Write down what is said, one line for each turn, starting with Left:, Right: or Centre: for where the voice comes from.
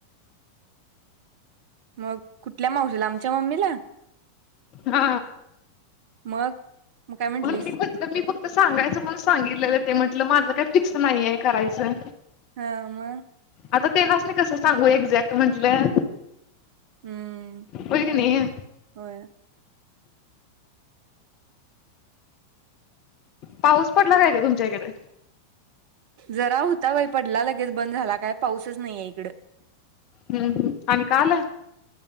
Right: मग कुठल्या मावशीला आमच्या मम्मीला
Left: हा
Right: मग मग काय म्हंटलीस
Left: म्हण म्हटलं मी फक्त सांगायचं म सांगितलेलं ते म्हटलं माझं काही फिक्स नाहीये करायचं
Right: हाम
Left: आता तेलाच नाही कसं सांगू एक्झॅक्ट म्हंटलं
Right: हम्म
Left: होय की नाही
Right: हो
Left: पाऊस पडला काय का तुमच्या इकडे
Right: जरा होता बाई पडला लगेच बंद झाला काय पाऊसच नाही आहे
Left: हम्म आणि काल